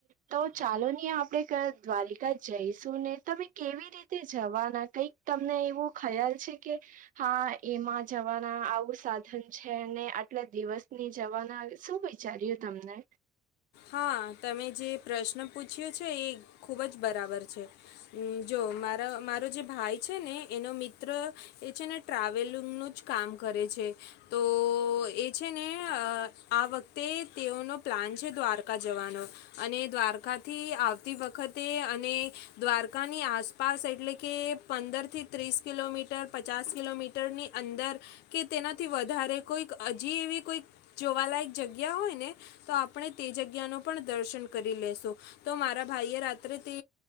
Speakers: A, on the right; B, on the left.
A: તો ચાલો ની આપડે દ્વારિકા જઈશું ને તમે કેવી રીતે જવાના- - તમને એવું ખ્યાલ છે કે હા એમાં જવાના આવું સાધન છે? આટલા દિવસની જવાના શું વિચાર્યું તમને?
B: હા તમે જે પ્રશ્ન પૂછ્યો છે એ ખુબ જ બરાબર છે. જો મારા મારો જે ભાઈ છે ને એનો મિત્ર એ છે ને ટ્રાવેલિંગ નુ જ- - કામ કરે છે તો એ છે ને આ વખતે તેઓનો પ્લા- - હજ દ્વારકા- - જવાનો અને દ્વારકાથી આવતી વખતે અને દ્વારકાની આસપાસ- એટલે કે પંદર થી ત્રીસ કિલોમીટર પચાસ કિલોમીટર ની અંદર કે તેના થી વધ કોઈ હજી એવી કોઈ જોવાલાયક જગ્યા હોય ને તો આપણે તે જગ્યા ન પણ દર્શન કરી લેશો તો મારા ભાઈ એ રાત્રે તે